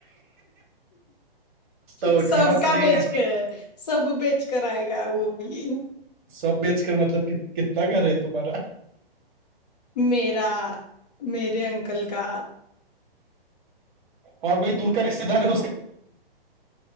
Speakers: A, on the right; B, on the left.
A: <inaudible> उठाना
B: सबका
A: पडेगा.
B: बेच कर सब बेच कर आएगा वो भी
A: सभ्य मतलब कितना घर है तुम्हारा.
B: मेरा मेरे अंकल का.
A: और कोई दुरका रिश्तेदारे.